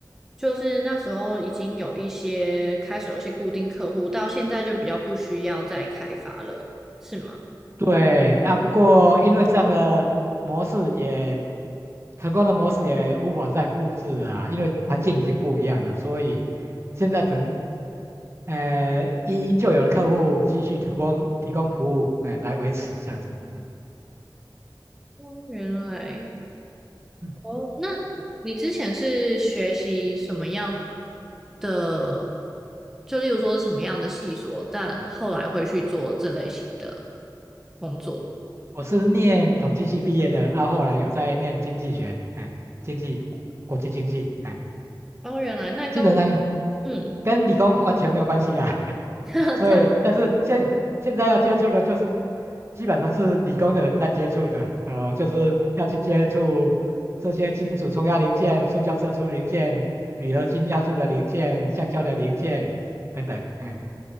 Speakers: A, in the centre; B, on the right (about 35°).
A: 就是那时候已经有一些开始有一些固定客户，到现在就比较不需要再开发了，是吗？
B: 对啊，不过因为这样的模式也成功的模式也无法再复制了啊，因为环境已经不一样了，所以现在只能呃依旧有的客户继续提供提供服务，嗯，来维持这样子。嗯
A: 哦，原来。
B: 嗯，
A: 哦，那你之前是学习什么样的？就例如说什么样的细所，但后来会去做这类型的工作。
B: 我是念统计系毕业的，啊，后来有在念经济学，哎，经济国际经济，哎，
A: 哦，原来那跟我
B: 基本上
A: 嗯，
B: 跟理工完全没有关系啦。
A: <laughs>
B: 所以但是现现在要接触的就是
A: 对
B: 基本上是理工的人在接触的，呃，就是要去接触这些金属冲压零件、塑胶射出零件、铝合金压铸的零件、橡胶的零件等等，嗯。